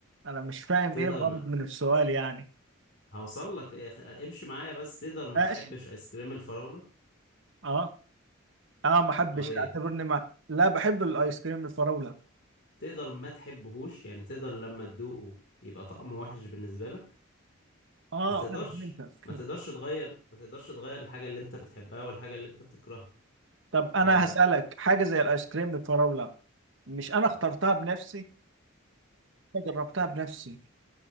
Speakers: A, on the right (about 60°); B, on the left (about 55°).
A: أنا مش فاهم
B: تقدر
A: إيه الغرض
B: ما...
A: من السؤال يعني
B: هوصل لك إيه، خ- امشي معايا بس تقدر ما
A: ماشي
B: تحبش ايس كريم الفراولة
A: آه آه ما أحبش
B: اه ايه
A: أعتبرني ما لا بحب الآيس كريم الفراولة
B: تقدر ما تحبهوش يعني تقدر لما تدوقه يبقى طعمه وحش بالنسبة لك
A: آه
B: ما تقدرش
A: أنا فهمتك
B: ما تقدرش تغير ما تقدرش تغير الحاجة اللي انت بتحبها والحاجة اللي انت بتكرهها
A: طب
B: فلا
A: انا هسألك حاجة زي الايس كريم بالفراولة مش انا اخترتها بنفسي انا جربتها بنفسي